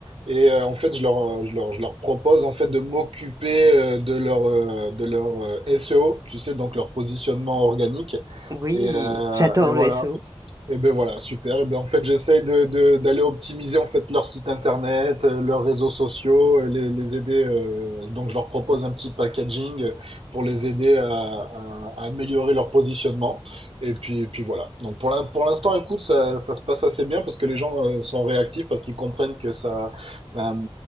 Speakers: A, on the right; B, on the right.
A: et euh, en fait je leur, euh, je leur, je leur propose en fait de m'occuper euh, de leur, euh, de leur euh, SEO, tu sais, donc leur positionnement organique.
B: Oui,
A: Et, euh,
B: j'adore
A: et voilà.
B: le SEO.
A: Et ben voilà, super. Et ben en fait, j'essaie de, de- d'aller optimiser en fait leur site internet, euh, leurs réseaux sociaux, euh, les, les aider. euh, donc, je leur propose un petit packaging euh, pour les aider à, à- à améliorer leur positionnement. Et puis, et puis voilà. Donc pour l'in- pour l'instant, écoute, ça, ça se passe assez bien parce que les gens euh, sont réactifs parce qu'ils comprennent que ça, c'est un-